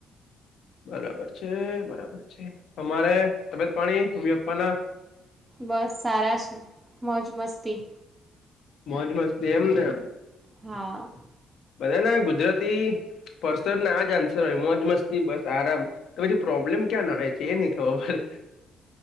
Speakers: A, on the left; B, on the right.
A: બરાબર છે, બરાબર છે. અમારે તબિયત પાણી મમ્મી પપ્પા ના?
B: બસ સારા છે મોજ મસ્તી.
A: મોજ મસ્તી એમ ને
B: હા.
A: બધા ના ગુજરાતી પર્સન ના આજ આન્સર હોય મોજ મસ્તી બસ આરામ. તો પછી પ્રોબ્લેમ ક્યાં નડે છે. એ નહિ ખબર પડ